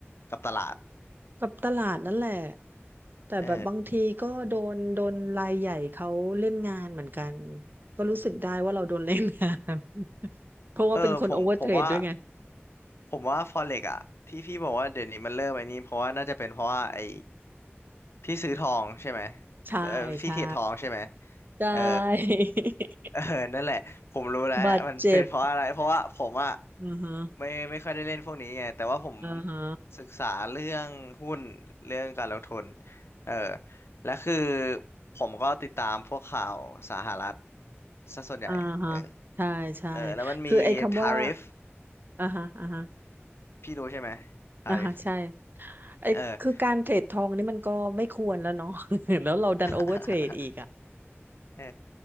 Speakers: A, on the left; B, on the right.
A: กับตลาด
B: กับตลาดนั่นแหละแต่แบบบางทีก็โดนโดนรายใหญ่เขาเล่นงานเหมือนกัน
A: เออ
B: ก็รู้สึกได้ว่าเราโดนเล่นงาน <laughs> เพราะว่าเป็นคนโอเวอร์เทรดด้วยไง
A: เออผมผมว่าผมว่าฟอเร็กอะที่พี่บอกว่าเดี๋ยวนี้มันเริ่มไอ้นี้เพราะว่าน่าจะเป็นเพราะว่าไอ้พี่ซื้อทองใช่ไหม
B: ใช่ใช่
A: เออพี่เทรดทองใช่ไหม
B: ใช่
A: เออ
B: <laughs>
A: เออนั่นแหละผมรู้แล้วมันเป็นเพราะอะไรเพราะว่าผมอะ
B: บาดเจ็บ อือฮะ
A: ไม่ไม่ค่อยได้เล่นพวกนี้ไงแต่ว่าผม
B: อ่าฮะ
A: ศึกษาเรื่องหุ้นเรื่องการลงทุนเออและคือผมก็ติดตามพวกข่าวสหรัฐซะส่วนใหญ่เออ
B: อ่าฮะใช่ใช่
A: เออแล้วมันมีทาริฟ
B: คือไอ้คำว่าอ่าฮะอ่าฮะ
A: พี่รู้ใช่ไหมทาริฟ
B: อ่าฮะใช่ไอ้คือการเทรดทองนี่มันก็ไม่ควรแล้วเนาะ
A: เออ
B: <laughs> แล้วเราดันโอเวอร์เทรดอีกอ่ะ
A: <laughs> เออ